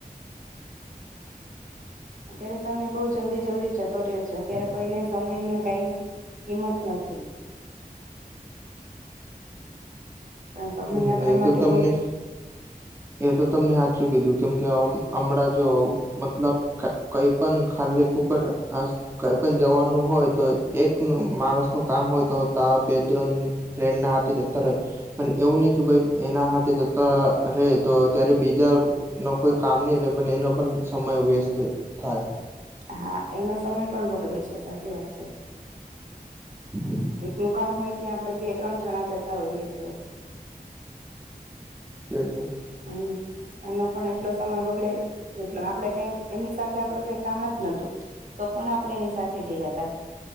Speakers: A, on the right; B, on the right.
A: <inaudible> અત્યારે સમય બઉ જલ્દી-જલ્દી જતો રહ્યો છે. અત્યારે કોઈને સમયનું કાંઈ કિંમત નથી. સમય
B: હમ
A: આપણા
B: એ
A: માટે
B: તો તમને
A: બહુ જ
B: એ તો તમને હાચું કીધું. કેમ કે હમ-હમણાં જો મતલબ ક-કઈ પણ ખાલી ફુક્ત આ કઈ પણ જવાનું હોય તો એક માણસનું કામ હોય તો તા બે-ત્રણ ફ્રેન્ડના હાથે જતા રહે. પણ એવું ની કે ભાઈ એના હાથે જતા રહે તો ત્યારે બીજા નો કોઈ કામ નહી રહે પણ એનો પણ સમય વેસ્ટ થાય.
A: હા એનો સમય પણ બગડે છે સાચી વાત છે.
B: <unintelligible>
A: એકનું કામ હોય ત્યાં આપડે બે ત્રણ જણા જતા હોઈએ છીએ.
B: તેજ ને.
A: હમ્મ એનો પણ એટલો સમય બગડે જેટલો આપડે કાઈક એમની સાથે આપડું કઈ કામ જ નતું. તો પણ આપણે એની સાથે ગયાતા.